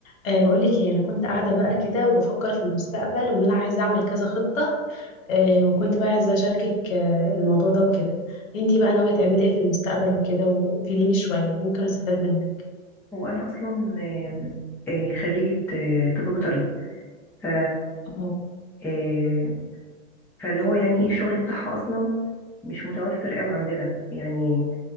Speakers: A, on the left; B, in the centre.
A: أه بقول لك ايه انا كنت قاعده بقى كده وبفكر في المستقبل وان انا عايزه اعمل كذا خطه أه وكنت بقى عايزه اشاركك أه الموضوع ده وكده انتي بقى ناويه تعملي ايه في المستقبل وكده وفيديني شويه ممكن استفاد منك
B: هو أنا أصلا آم، آه، خريجة آه، طب بيطري ف
A: اه
B: آه، فاللي هو يعني ايه الشغل بتاعها أصلا مش متوفر قوي عندنا يعني